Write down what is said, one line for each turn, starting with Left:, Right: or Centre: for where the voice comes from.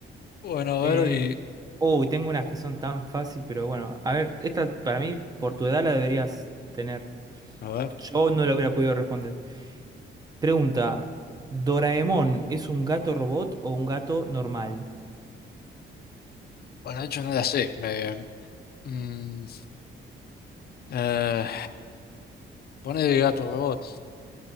Left: bueno,
Right: Eh,
Left: a ver, y.
Right: uy, tengo unas que son tan fácil, pero bueno, a ver, esta para mí, por tu edad la deberías tener.
Left: A ver.
Right: Yo no la hubiera podido responder. Pregunta, ¿Doraemon es un gato robot o un gato normal?
Left: Bueno, de hecho no la sé. Me, mm, eh, pone de gato robot.